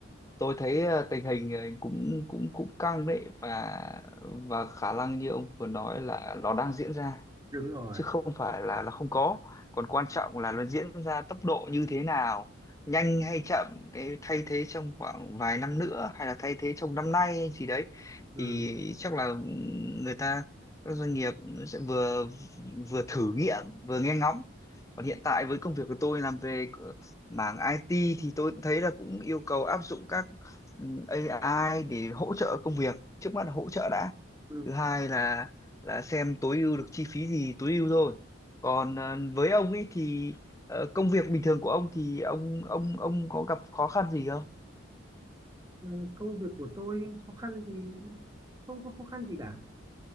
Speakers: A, on the left; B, on the right.
A: tôi thấy ờ, tình hình ờ, cũng cũng cũng căng đấy và và khả năng như ông vừa nói là nó đang diễn ra
B: đúng rồi
A: chứ không phải là nó không có còn quan trọng là nó diễn ra tốc độ như thế nào nhanh hay chậm cái thay thế trong khoảng vài năm nữa hay là thay thế trong năm nay hay gì đấy
B: ừ.
A: thì chắc là người ta các doanh nghiệp sẽ vừa vừa thử nghiệm vừa nghe ngóng còn hiện tại với công việc của tôi làm về ờ, mảng IT thì tôi cũng thấy là cũng yêu cầu áp dụng các ừ, AI để hỗ trợ công việc trước mắt là hỗ trợ đã
B: Ừ.
A: thứ hai là là xem tối ưu được chi phí gì tối ưu thôi còn ờ, với ông ấy thì ờ, công việc bình thường của ông thì ông ông ông có gặp khó khăn gì không
B: Ờ, công việc của tôi khó khăn thì không có khó khăn gì cả